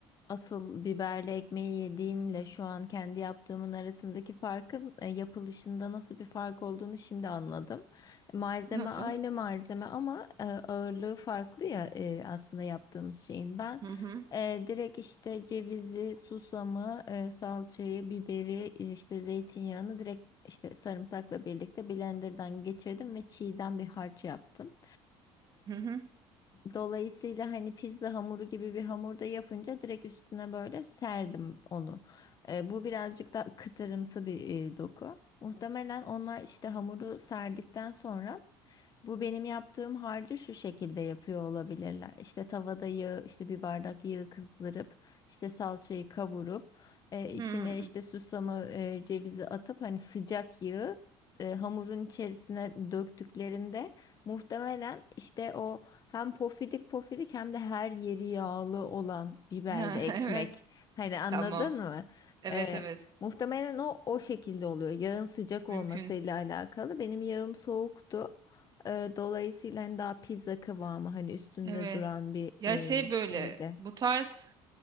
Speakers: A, on the left; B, on the right.
A: asıl biberli ekmeği yediğimle şu an kendi yaptığımın arasındaki farkın e, yapılışında nasıl bir fark olduğunu şimdi anladım. Malzeme
B: Nasıl?
A: aynı malzeme ama e, ağırlığı farklı ya e, aslında yaptığımız şeyin. Ben
B: Hı hı.
A: e, direkt işte cevizi, susamı, e, salçayı, biberi, işte zeytinyağını direkt işte sarımsakla birlikte blenderdan geçirdim ve çiğden bir harç yaptım.
B: Hı hı.
A: Dolayısıyla hani pizza hamuru gibi bir hamurda yapınca direkt üstüne böyle serdim onu. E, bu birazcık da kıtırımsı bir e, doku. Muhtemelen onlar işte hamuru serdikten sonra bu benim yaptığım harcı şu şekilde yapıyor olabilirler. İşte tavada yağı, işte bir bardak yağı kızdırıp, işte salçayı kavurup, e, içine
B: Hı.
A: işte susamı, e, cevizi atıp hani sıcak yağı e, hamurun içerisine döktüklerinde muhtemelen işte o hem pofidik pofidik hem de her yeri yağlı olan biberli
B: <laughs>
A: ekmek.
B: Evet.
A: Hani anladın
B: Tamam.
A: mı?
B: Evet
A: E,
B: evet.
A: Muhtemelen o o şekilde oluyor. Yağın sıcak
B: Mümkün.
A: olmasıyla alakalı. Benim yağım soğuktu. Ee, dolayısıyla hani daha pizza kıvamı hani üstünde
B: Evet.
A: duran bir
B: Ya
A: e,
B: şey böyle
A: şeydi.
B: bu tarz